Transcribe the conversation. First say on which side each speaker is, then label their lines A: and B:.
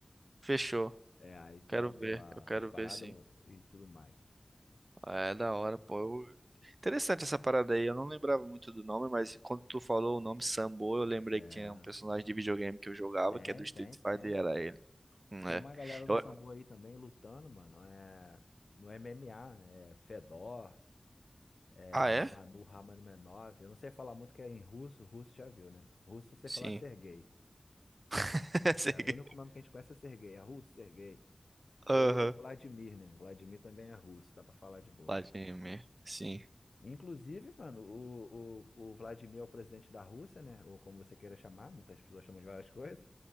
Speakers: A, on the right; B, on the left.
A: Fechou.
B: É, aí tu
A: Quero
B: vai ver
A: ver,
B: lá
A: eu quero
B: as paradas
A: ver sim.
B: e tudo mais.
A: É da hora, pô. Eu- Interessante essa parada aí. Eu não lembrava muito do nome, mas quando tu falou o nome Sambo, eu lembrei
B: É,
A: que tinha um personagem de videogame que eu jogava,
B: tem,
A: que é do
B: tem,
A: Street
B: tem.
A: Fighter, e era ele. Hum,
B: Tem
A: É.
B: uma galera no
A: Eu-
B: Sambo aí também lutando, mano. É, no MMA, né? é Fedor, é
A: Ah, é?
B: Manu Ramanov. Eu não sei falar muito que é em russo, russo já viu, né? Russo você
A: Sim.
B: falar Sergei.
A: <laughs> Segui.
B: É, o único nome que a gente conhece é Sergei, é russo, Sergei. Ou
A: Aham.
B: Vladimir, né? Vladimir também é russo, dá pra falar de boa.
A: Vladimir. Sim.
B: Inclusive, mano, o, o, o Vladimir é o presidente da Rússia, né? Ou como você queira chamar, muitas pessoas chamam de várias <laughs> coisas.